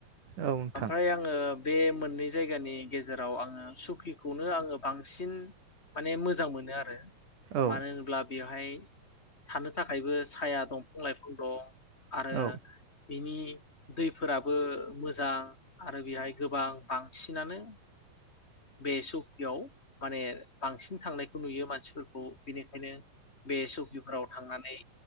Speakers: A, on the right (about 80°); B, on the left (about 25°).
A: औ नोंथां
B: ओमफ्राय आङो बे मोननै जायगानि गेजेराव आङो सुखिखौनो आङो बांसिन माने मोजां मोनो आरो
A: औ
B: मानो होनब्ला बेवहाय थानो थाखायबो साया दंफां लाइफां दं आरो
A: औ
B: बिनि दैफोराबो मोजां आरो बेहाय गोबां बांसिनानो बे सकियाव माने बांसिन थांनायखौ नुयो मानसिफोरखौ बेनिखायनो बे सकिफोराव थांनानै